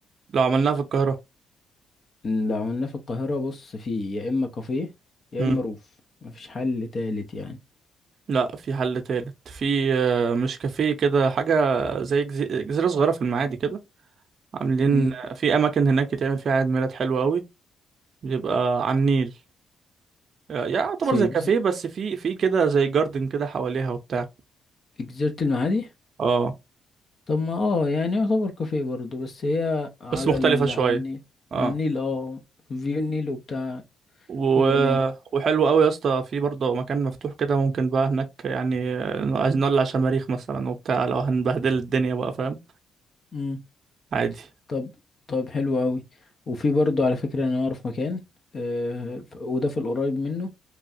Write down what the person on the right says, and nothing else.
لو عملناها في القاهرة
مم.
لا في حل تالت في آه، مش كافيه كده حاجة زي جزي- جزيرة صغيرة في المعادي كده عاملين
في اماكن هناك يتعمل فيها عيد ميلاد حلو قوي بيبقى على النيل آه، يعني يعتبر
زي
كافيه بس في في كده زي جاردن كده حواليها وبتاع
اه
بس مختلفة
شوية
اه
و...
وحلو قوي يا اسطى في برضه مكان مفتوح كده ممكن بقى هناك يعني آه، عايزين نولع شماريخ مثلا وبتاع لو هنبهدل الدنيا بقى فاهم
عادي